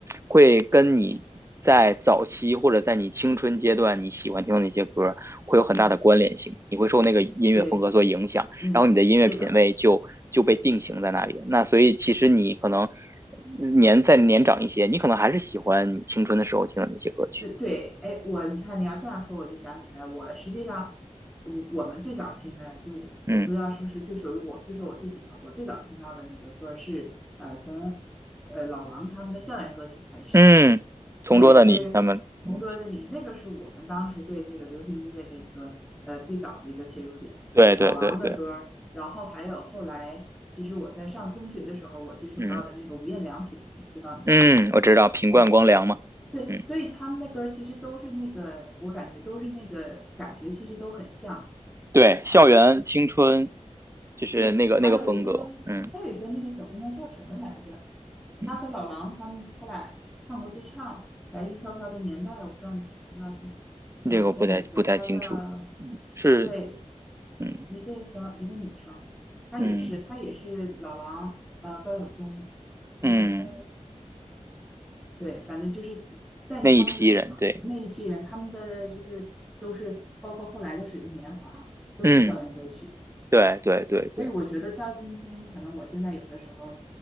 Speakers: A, on the right; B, in the centre.
A: 会跟你在早期或者在你青春阶段你喜欢听的那些歌会有很大的关联性，
B: 嗯，
A: 你会受那个音乐风格所影响。
B: 对，嗯，
A: 然后你的音乐品味就就被定型在那里。
B: 是的。
A: 那所以其实你可能年再年长一些，你可能还是喜欢你青春的时候听的那些歌曲。
B: 对对，哎，我你看你要这样说，我就想起来，我实际上，我我们最早听的就我不知道是不是就属于我，
A: 嗯
B: 就说我自己吧，我最早听到的那个歌是呃从呃老狼他们的校园歌曲开始，
A: 嗯，同桌的你，
B: 对，所以
A: 他们，嗯，
B: 《同桌的你》那个是我们当时对这个流行音乐的一个呃最早的一个切入点，
A: 对对对对，
B: 老狼的歌儿然后还有后来，其实我在上中学的时候，我接触到的那个无印良品，
A: 嗯
B: 我不知道你知不知道。
A: 嗯，我知道品冠光良嘛，
B: 哎，对，
A: 嗯，
B: 所以他们的歌儿其实都是那个，我感觉都是那个感觉，其实都很像。
A: 对，校园青春就是那个那个风格，
B: 对，还有一个，
A: 嗯
B: 还有一个那个小姑娘叫什么来着？
A: 嗯，
B: 她和老狼他们他俩唱过对唱《白衣飘飘的年代》，我不知道你知不知道这个。有一个女的，
A: 这个我不太不太清楚，
B: 她叫
A: 是，
B: 对
A: 嗯
B: 一个小一个女生，她也是她也是老狼呃高晓松，
A: 嗯
B: 还有叫
A: 嗯，
B: 对，反正就是，但是他们是那一批人，
A: 那一批人，对，
B: 他们的就是都是包括后来的《水木年华》都是校园歌曲，
A: 嗯对对对对，
B: 所以我觉得到今天，可能我现在有的时候